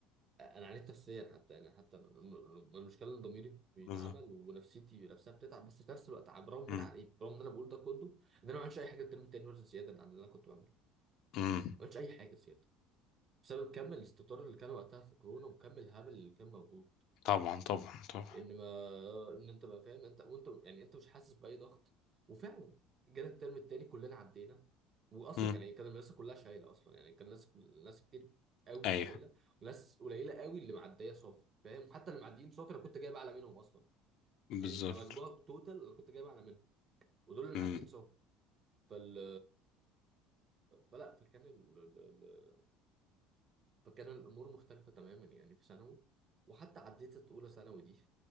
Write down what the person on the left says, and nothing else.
بالظبط
مم.
مم.
طبعا طبعا طبعا
مم.
ايوه
بالظبط
امم